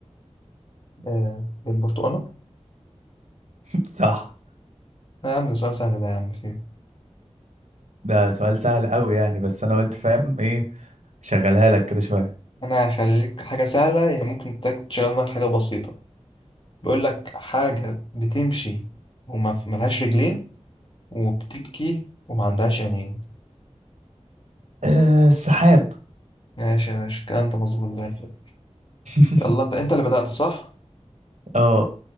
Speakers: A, on the left (about 45°); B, on the right (about 80°).
A: آه. البرتقالة
B: <laughs> صح
A: لا يا عم ده سؤال سهل ده يا عم فيه
B: ده سؤال سهل قوي يعني بس انا قلت فاهم ايه شغلها لك كده شوية
A: انا هخليك حاجة سهلة هي ممكن تك- تشغل معاك حاجة بسيطة بيقول لك حاجة بتمشي وما ملهاش رجلين وبتبكي وما عندهاش عينين
B: آه، السحاب
A: ماشي يا باشا الكلام ده مظبوط زي الفل
B: <laughs>
A: يلا انت انت اللي بدأت صح؟
B: اه